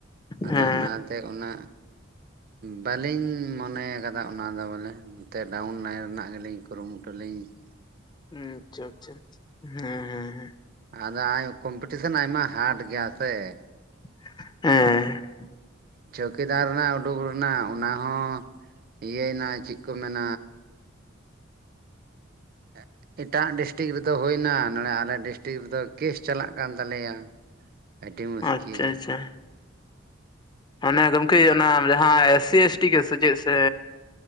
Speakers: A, on the right (about 50°); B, on the left (about 20°).
A: ᱟᱫᱚ
B: ᱦᱮᱸ
A: ᱚᱱᱟᱛᱮ ᱩᱱᱟᱹᱜ ᱵᱟᱹᱞᱤᱧᱻ ᱢᱚᱱᱮ ᱟᱠᱟᱫᱟ ᱚᱱᱟ ᱫᱚ ᱵᱚᱞᱮ ᱾ ᱛᱮ ᱰᱟᱣᱩᱱ ᱞᱟᱭᱤᱱ ᱨᱮᱱᱟᱜ ᱜᱮᱞᱤᱧ ᱠᱩᱨᱩᱢᱩᱴᱩ ᱞᱤᱧ ᱾
B: ᱟᱪᱪᱷᱟ ᱟᱪᱪᱷᱟ ᱦᱮᱸ ᱦᱮᱸ ᱦᱮᱸ ᱾
A: ᱟᱫᱚ ᱟᱭ ᱠᱚᱢᱯᱤᱴᱤᱥᱮᱱ ᱟᱭᱢᱟ ᱦᱟᱨᱰ ᱜᱮᱭᱟ ᱥᱮ ᱾
B: ᱦᱮᱸ ᱾
A: ᱪᱳᱣᱠᱤᱫᱟᱨ ᱨᱮᱱᱟᱜ ᱩᱰᱩᱠ ᱨᱮᱱᱟᱜ ᱚᱱᱟ ᱦᱚᱸ ᱤᱭᱟᱹᱭᱱᱟ ᱪᱮ ᱾ ᱠᱚ ᱢᱮᱱᱟᱻ ᱦᱮᱸ <inaudible> ᱮᱴᱟᱜ ᱰᱤᱥᱴᱤᱠ ᱨᱮᱫᱚ ᱦᱳᱭᱱᱟ ᱱᱚᱸᱲᱮ ᱟᱞᱮ ᱰᱤᱥᱴᱤᱠ ᱨᱮᱫᱚ ᱠᱮᱥ ᱪᱟᱞᱟᱜ ᱠᱟᱱ ᱛᱟᱞᱮᱭᱟ ᱾ ᱟᱹᱰᱤ ᱢᱩᱥᱠᱤᱞ
B: ᱟᱪᱪᱷᱟ ᱟᱪᱪᱷᱟ
A: ᱾
B: ᱚᱱᱮ ᱜᱚᱢᱠᱮ ᱚᱱᱟ ᱡᱟᱦᱟᱸ S C, S T case ᱥᱮ ᱪᱮᱫ ᱥᱮ?